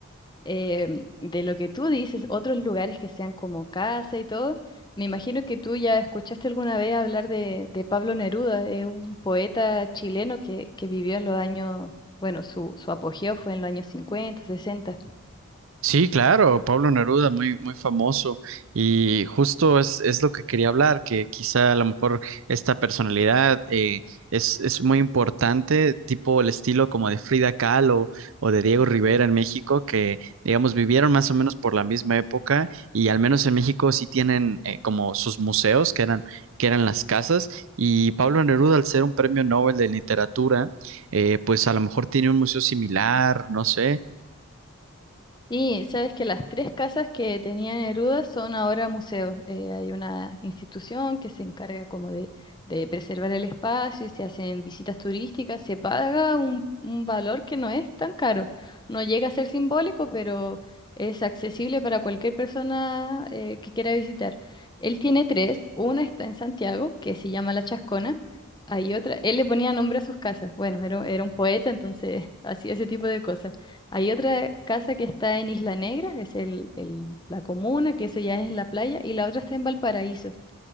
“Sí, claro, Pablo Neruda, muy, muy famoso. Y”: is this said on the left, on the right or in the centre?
Right